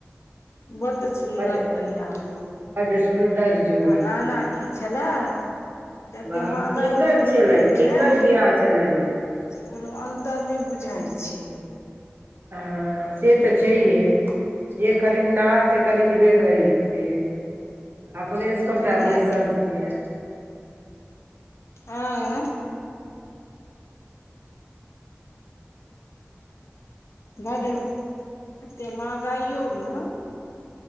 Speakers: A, on the left; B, on the right.
A: बड सुन्दर
B: बड्ड
A: कनिया बर
B: बड्ड सुन्दर जोड़ी
A: आ गाना की छलय जतेक
B: वाह
A: मंहगाई
B: किनकर
A: भेल
B: छलनि
A: जाय छैय
B: किनकर बियाह छलनि ओ
A: से कोनो अन्तर नहि बुझाय छैय।
B: ह से तऽ छैेहे। जे खरीदनहार से खरीदबे करै छियै अपने सभटा
A: सएह
B: बैसल छियै।
A: आंय। बड एते मंहगाइयो मे